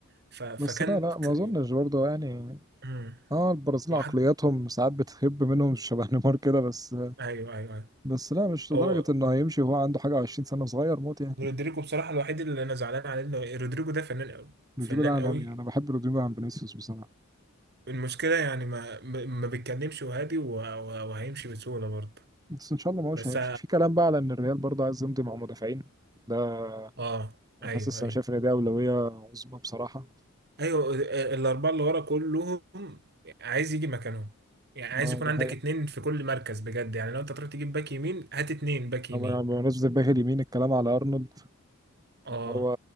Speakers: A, on the right (about 50°); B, on the right (about 20°).
A: ف فكان
B: بس لا لا ما
A: ك-
B: اظنش برضه يعني
A: مم.
B: اه البرازيل
A: واحد
B: عقلياتهم ساعات بتهب منهم شبه نيمار كده بس
A: ايوه ايوه ايوه
B: بس لا مش لدرجة
A: هو
B: انه هيمشي وهو عنده حاجة 20 سنة صغير موت يعني
A: رودريجو بصراحه الوحيد اللي انا زعلان عليه انه رودريجو ده فنان قوي
B: رودريجو
A: فنان
B: ده عالمي
A: قوي
B: انا بحب رودريجو عن فينيسيوس بصراحة
A: المشكله يعني ما ما ما بيتكلمش وهادي و- و- وهيمشي بسهوله برضه
B: بس ان شاء الله ما هوش
A: بس
B: هيمشي في كلام بقى على ان الريال برضه عايز يمضي مع مدافعين ده
A: اه ايوه
B: حاسس
A: ايوه
B: انا شايف ان دي أولوية عظمى بصراحة
A: ايوه ال- الاربعه اللي ورا كلهم عايز يجي مكانهم يعني عايز
B: اه
A: يكون
B: ده
A: عندك
B: حقيقة
A: اتنين في كل مركز بجد يعني لو انت تروح تجيب باك يمين هات اتنين باك
B: طبعا
A: يمين
B: يعني بمناسبة الباك اليمين الكلام على أرنولد
A: اه
B: إن هو